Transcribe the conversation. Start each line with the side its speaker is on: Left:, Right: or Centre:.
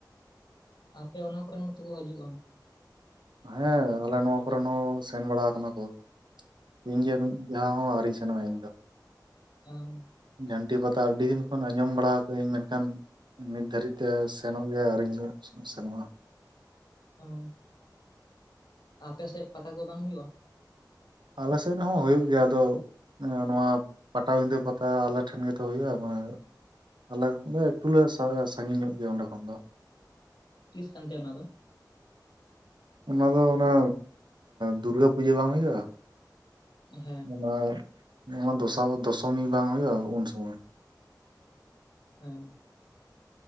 Left: ᱟᱯᱮ ᱚᱱᱟ ᱠᱚᱨᱮᱱ ᱦᱚᱸ ᱛᱚ ᱠᱚ ᱦᱟᱡᱩᱜᱼᱟ
Right: ᱦᱮᱸ ᱟᱞᱮ ᱱᱚᱣᱟ ᱠᱚᱨᱮᱱ ᱦᱚᱸ ᱠᱚ ᱥᱮᱱ ᱵᱟᱲᱟ ᱠᱟᱱᱟ ᱠᱚ ᱤᱧ ᱜᱮ ᱢᱤᱫ ᱡᱷᱟᱣ ᱦᱚᱸ ᱟᱹᱣᱨᱤᱧ ᱥᱮᱱᱚᱜᱼᱟ ᱤᱧ ᱫᱚ
Left: ᱟᱸᱩ
Right: ᱡᱷᱟᱱᱴᱤ ᱯᱟᱛᱟ ᱟᱰᱤ ᱫᱤᱱ ᱠᱷᱚᱱ ᱟᱸᱡᱚᱢ ᱵᱟᱲᱟ ᱠᱟᱜ ᱟᱹᱧ ᱢᱮᱱᱠᱷᱟᱱ ᱱᱤᱛ ᱫᱷᱟᱹᱨᱤᱡ ᱛᱮ ᱥᱮᱱᱚᱜ ᱜᱮ ᱟᱣᱨᱤᱧ ᱥᱮᱱᱚᱜᱼᱟ
Left: ᱚ ᱟᱯᱮᱥᱮᱫ ᱯᱟᱛᱟ ᱠᱚ ᱵᱟᱝ ᱦᱩᱭᱩᱜᱼᱟ?
Right: ᱟᱞᱮ ᱥᱮᱫ ᱨᱮᱦᱚᱸ ᱦᱳᱭᱳᱜ ᱜᱮᱭᱟ ᱟᱫᱚ ᱮᱸ ᱱᱚᱣᱟ ᱯᱟᱴᱟᱵᱤᱸᱫᱟᱹ ᱯᱟᱛᱟ ᱟᱞᱮᱴᱷᱮᱱ ᱜᱮᱛᱚ ᱦᱩᱭᱩᱜᱼᱟ ᱢᱟᱱᱮ ᱟᱞᱮ ᱮᱠᱴᱩᱞᱮ ᱥᱟ ᱥᱟᱜᱤᱧ ᱧᱚᱜ ᱜᱮᱭᱟ ᱚᱸᱰᱮ ᱠᱷᱚᱱ ᱫᱚ
Left: ᱛᱤᱥ ᱠᱟᱱᱛᱮ ᱚᱱᱟ ᱫᱚ?
Right: ᱚᱱᱟ ᱫᱚ ᱚᱱᱟ ᱫᱩᱨᱜᱟᱹ ᱯᱩᱡᱟᱹ ᱵᱟᱝ ᱦᱩᱭᱩᱜᱼᱟ
Left: ᱦᱮᱸ
Right: ᱚᱱᱟ ᱚᱱᱟ ᱫᱚᱥᱟᱨ ᱫᱚᱥᱚᱢᱤ ᱵᱟᱝ ᱦᱩᱭᱩᱜᱼᱟ ᱩᱱ ᱥᱚᱢᱚᱭ
Left: ᱦᱮᱸ